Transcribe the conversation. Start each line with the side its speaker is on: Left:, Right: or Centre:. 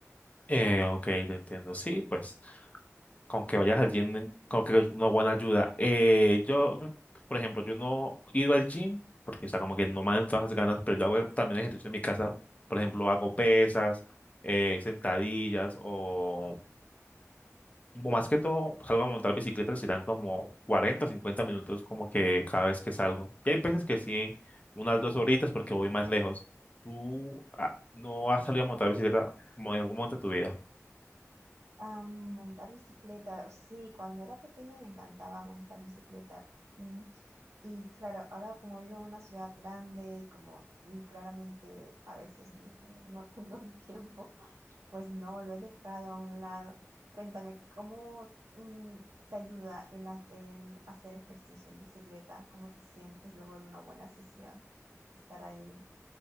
Left: Eh, ok, te entiendo. Sí, pues con que vayas al gym, creo que es una buena ayuda. Eh, yo, por ejemplo, yo no he ido al gym porque, o sea, como que no me dan todas las ganas, pero yo hago también ejercicio en mi casa. Por ejemplo, hago pesas, eh, sentadillas o, o más que todo, salgo a montar bicicleta, serán como 40, 50 minutos como que cada vez que salgo. Y hay veces que sí, unas dos horitas porque voy más lejos. ¿Tú ah, no has salido a montar bicicleta como en algún momento de tu vida?
Right: Ah, montar bicicleta, sí, cuando era pequeña me encantaba montar bicicleta. Mm, Y claro, ahora como vivo en una ciudad grande y como mm, claramente a veces n- no tengo el tiempo, pues no, lo he dejado a un lado. Cuéntame, ¿cómo mm, te ayuda el, ha- el hacer ejercicio en bicicleta? ¿Cómo te sientes luego de una buena sesión de estar ahí